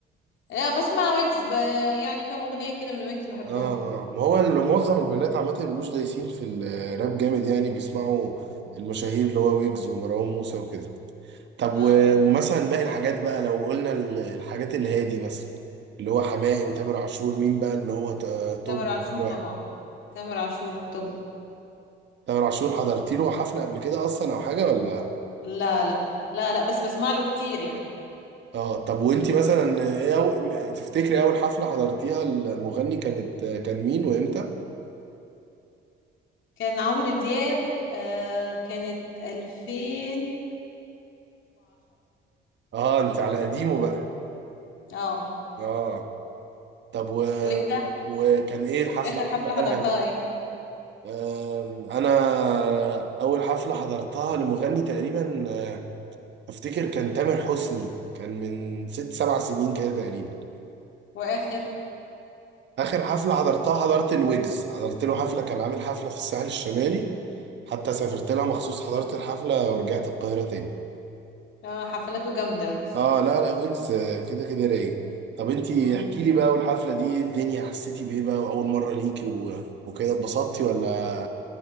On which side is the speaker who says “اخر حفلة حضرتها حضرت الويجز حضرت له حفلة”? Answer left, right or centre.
Right